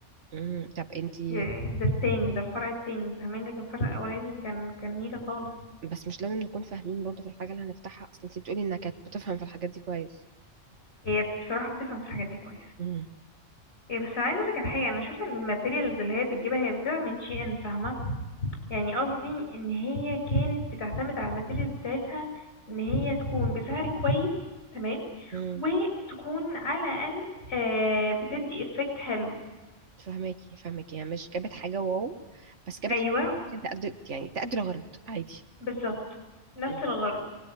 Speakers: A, on the right; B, on the left.
A: امم طب انتي
B: في- ده التاني ده الفرع التاني فاهماني لكن الفرع الاولاني كان كان نيلة خالص
A: بس مش لازم نكون فاهمين برضو في الحاجة اللي هنفتحها اصل انتي بتقولي انك كانت بتفهم في الحاجات دي كويس
B: هي بصراحة بتفهم في الحاجات دي كويس
A: امم
B: هي بس انا عايزه اقولك على حاجه انا شفت ان الماتيريالز اللي هي بتجيبها هي بتجيبها من شي ان فاهمه يعني قصدي ان هي كانت بتعتمد على الماتيريال بتاعتها ان هي تكون بسعر كويس تمام
A: امم
B: وتكون على الاقل آه بتدي افكت حلو
A: فهماكي فهماكي يعني مش جابت حاجة واو بس جابت
B: ايوه
A: حاجة ممكن تقدر يعني تقدر غلط عادي
B: بالظبط نفس
A: امم
B: الغرض